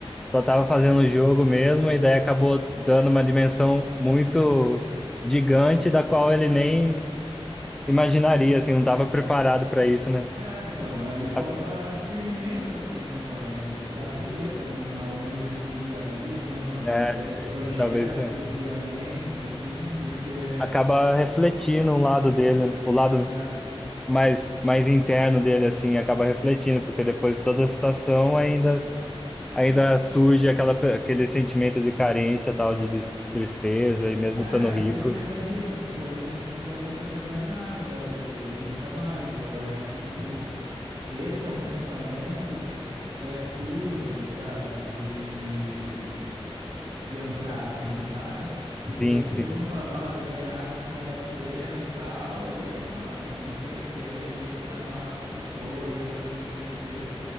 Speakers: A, in the centre; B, on the right.
A: só estava fazendo o jogo mesmo, e daí acabou dando uma dimensão muito gigante da qual ele nem imaginaria, assim, não estava
B: É,
A: preparado para isso, né?
B: é, então, aí falta
A: A-
B: a firmeza, assim, né, mano? Saber também aonde ele queria ir, né, mano?
A: É,
B: Ter os projetos
A: talvez.
B: e a mente, assim, porque.
A: acaba refletindo um lado dele, né? O lado
B: É,
A: mais, mais interno dele, assim, acaba refletindo, porque depois de toda a situação ainda, ainda
B: é,
A: surge aquela, pe- aquele sentimento de carência, tal, de des- tristeza, e mesmo
B: é,
A: estando
B: porque
A: rico,
B: você imagina, tipo, ele não precisaria fazer mais nada da vida dele, nunca mais. E eu acho que, tipo, Esse é um pensamento que é duro, tá ligado? De, de entrar assim, saca? Porque,
A: sim,
B: tipo,
A: sim.
B: todo mundo fala, nossa, se eu ganhasse na Mega Sena e tal, eu ia, mano, não sei o quê, ia ficar, nossa, só de boa, ia fazer não sei o quê.